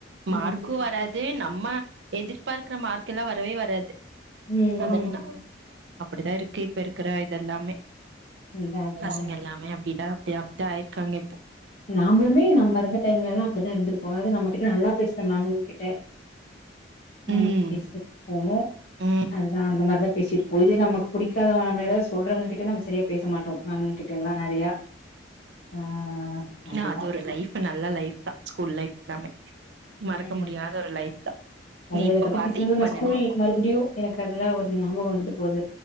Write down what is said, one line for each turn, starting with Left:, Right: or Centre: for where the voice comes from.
Right: மார்க்கு
Left: ம்
Right: வராது து நம்ம எதிர்பார்க்கிற மார்க்ல்லா வரவே வராது
Left: ம்
Right: அதட்னா
Left: ம்
Right: அப்டிதா இருக்கு இப்ப இருக்கிற இதெல்லாமே
Left: அதா அதாங்க
Right: பசங்க எல்லாமே அப்டிதா அப்டி அப்டிதா ஆயிருக்காங்க இப்
Left: நாமளுமே நம்ம இருந்த டைம்லல்லா அப்டிதா இருந்திருப்போ அதாது நம்மள்ட்ட நல்லா பேசுற மேம்ங்கிட்ட அ
Right: ம்
Left: பேசியிருப்போ
Right: ம்
Left: அதுதா அந்த மாரிதா பேசிருப் போ இதே நமக்கு புடிக்காதவங்க நம்மள எதாவது சொல்றவங்க கிட்ட நம்ம சரியா பேச மாட்டோ மேம்ங்கி ட்டெல்லா நெறையா ஆ
Right: ன்னா
Left: அதுதா
Right: அது ஒரு லைஃப் நல்ல லைஃப்தா ஸ்கூல் லைஃப் எல்லாமே மறக்க
Left: ம்
Right: முடியாத ஒரு லைஃப்தா
Left: அதா
Right: நீ இப்ப
Left: இத பத்தி
Right: பாத்த
Left: பேசுனது
Right: இப்ப
Left: நா ஸ்கூல்
Right: நெனை
Left: மறுபடியு எனக்கு அதுலா ஒரு ஞாபக வந்துட்டு போது